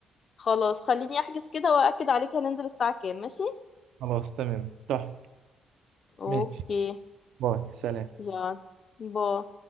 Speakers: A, on the left; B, on the right.
A: خلاص خليني احجز كده واكد عليك هننزل الساعة كام ماشي
B: خلاص تمام تحفه
A: اوكي
B: ماشي باي سلام
A: يلا باي